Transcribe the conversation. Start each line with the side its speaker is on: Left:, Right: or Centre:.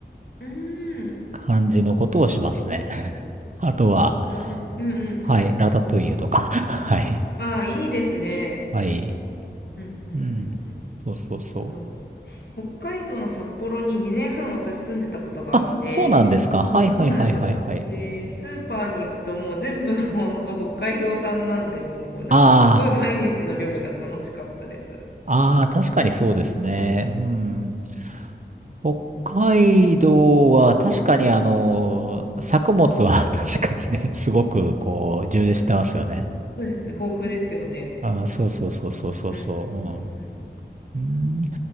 Left: え、ええうーん。
Right: 感じのことをしますね。<laughs> あとは、
Left: 私、うんうん。
Right: はい、ラタトゥイユとか。<laughs> はい。
Left: ああ、いいですね。
Right: はい。
Left: うんうんうんうん。
Right: うん。そうそうそう。
Left: あの、北海道の札幌に2年半私住んでたことがあって、
Right: あ、そうなんですか。はいはいはいはいはい。
Left: そうなんですよ。で、スーパーに行くともう全部ほんと北海道産なんで、もうなんかすごい毎日の料理が楽しかったです。
Right: ああ、ああ、確かにそうですね。うん。北海道は確かにあの、作物は <laughs> 確かにね、すごくこう、充実してますよね。
Left: そうですね、豊富ですよね。
Right: あー、そうそうそうそうそうそう。
Left: うんうんうんうん。
Right: うん。うん